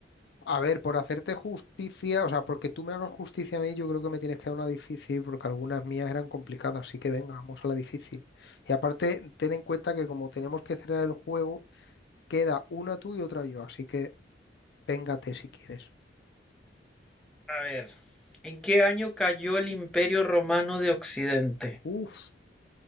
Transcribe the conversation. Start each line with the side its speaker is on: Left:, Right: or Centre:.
Left: A ver, por hacerte justicia, o sea, porque tú me hagas justicia a mí, yo creo que me tienes que dar una difícil, porque algunas mías eran complicadas, así que venga, vamos a la difícil. Y aparte, ten en cuenta que como tenemos que cerrar el juego, queda una tú y otra yo, así que véngate si quieres.
Centre: A ver, ¿en qué año cayó el Imperio Romano de Occidente?
Left: Uf,